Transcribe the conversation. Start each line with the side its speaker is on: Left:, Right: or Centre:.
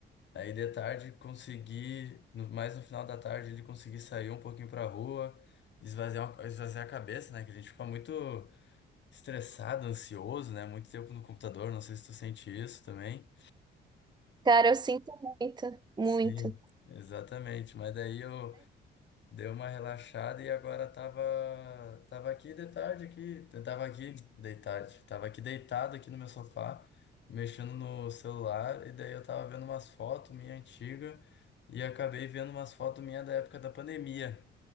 Left: Aí de tarde consegui, no- mais no final da tarde ele consegui sair um pouquinho pra rua, esvaziar, uma- esvaziar a cabeça, né? Que a gente fica muito estressado, ansioso, né? Muito tempo no computador, não sei se tu sente isso também.
Right: Cara, eu sinto muito, muito.
Left: Sim, exatamente. Mas daí eu dei uma relaxada e agora tava, tava aqui de tarde aqui, tava aqui deitado, tava aqui deitado aqui no meu sofá, mexendo no celular e daí eu tava vendo umas fotos minha antiga e acabei vendo umas fotos minha da época da pandemia.